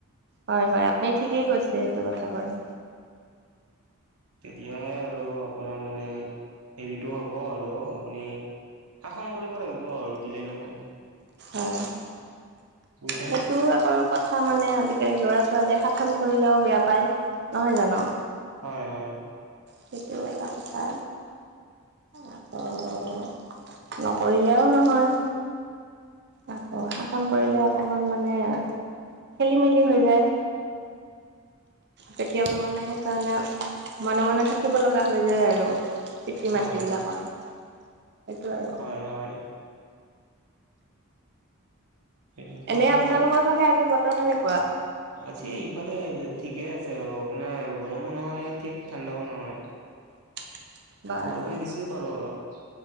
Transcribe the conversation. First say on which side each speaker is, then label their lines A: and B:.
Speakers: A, on the right; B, on the right.
A: হয়, হয় আপুনি ঠিকেই কৈছে সেইটো কথা বাৰু
B: তেতিয়াহে আৰু আপোনাৰ মানে হেৰিটো হ'ব আৰু আপুনি। শাসন কৰিব লাগিব আৰু দিলেই নহয়।
A: অ'
B: বুজিছেনে
A: সেইটো আকৌ কথা মানে আজিকালি ল'ৰা-ছোৱালীয়ে শাসন কৰিলেও বেয়া পায় নহয় জানো।
B: হয়-হয়।
A: সেইটোও এটা কথা। আকৌ নকৰিলেও নহয়। আকৌ শাসন কৰিলে অকমান মানে খেলি- মেলি হৈ যায়। কেতিয়াবা মানে সেইকাৰণে মনে মনে থাকিব লগা হৈ যায় আৰু। পিতৃৰ,
B: হয়
A: মাতৃ বিলাকৰ সেইটো আৰু
B: হয়-হয়। সেইটোতো
A: এনে
B: আৰু
A: আপোনালোকৰ ফালে আজি বতৰ কেনেকুৱা?
B: আছে ইফালে ঠিকে আছে আৰু আপোনাৰ গৰমো নহয় ঠিক ঠাণ্ডাও নহয়।
A: <unintelligible> বাৰু
B: বৰষুণ দিছিল বাৰু অলপ।